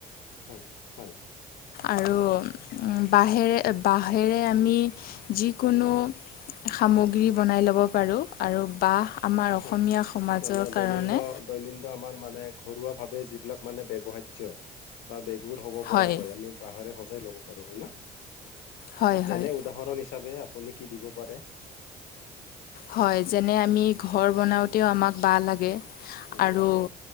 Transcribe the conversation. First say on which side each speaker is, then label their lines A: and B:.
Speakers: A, on the left; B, on the left.
A: হয়, হয়।
B: আৰু উম বাঁহেৰে, বাঁহেৰে আমি যি কোনো সামগ্ৰী বনাই ল'ব পাৰোঁ। আৰু বাঁহ আমাৰ অসমীয়া
A: হয়
B: সমাজৰ
A: মানে দৈনিন্দ
B: কাৰণে
A: দৈনিন্দ আমাৰ মানে ঘৰুৱা ভাৱে যিবিলাক মানে ব্যৱহাৰ্য বা বেবুৰ হ'ব পৰাকৈ
B: হয়
A: আমি বাঁহাৰে সজাই ল'ব পাৰো হয় না?
B: হয়
A: যেনে
B: হয়
A: উদাহৰণ হিচাপে আপুনি কি দিব পাৰে?
B: হয়, যেনে আমি ঘৰ বনাওঁতেও আমাক বাঁহ লাগে।
A: এনেকুৱা
B: আৰু
A: লাগে